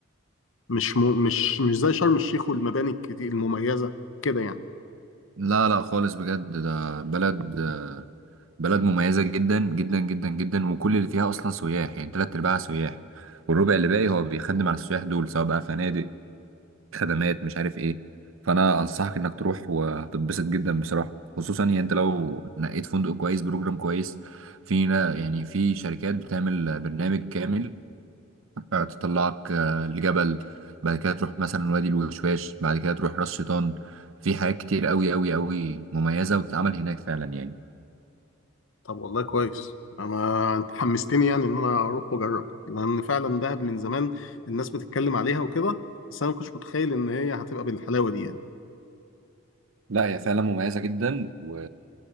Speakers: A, on the left; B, on the right.
A: مش م... مش مش زي شرم الشيخ والمباني الكتير المميزة كده يعني
B: لا لا خالص بجد ده بلد بلد مميزة جدا جدا جدا جدا وكل اللي فيها أصلا سياح يعني تلات أرباعها سياح والربع اللي باقي هو بيخدم على السياح دول سواء بقى فنادق خدمات مش عارف إيه فأنا أنصحك إنك تروح وهتتبسط جدا بصراحة خصوصا يعني أنت لو نقيت فندق كويس بروجرام كويس في نا- يعني في شركات بتعمل برنامج كامل آه، تطلعك آه، لجبل بعد كده تروح مثلا وادي الوشواش بعد كده تروح راس شيطان في حاجات كتير قوي قوي قوي مميزة وتتعمل هناك فعلا يعني
A: طب والله كويس انا انت حمستني يعني ان انا اروح واجرب لان فعلا دهب من زمان الناس بتتكلم عليها وكده بس انا ما كنتش متخيل ان هي هتبقى بالحلاوة دي يعني
B: لا هي فعلا مميزة جدا و...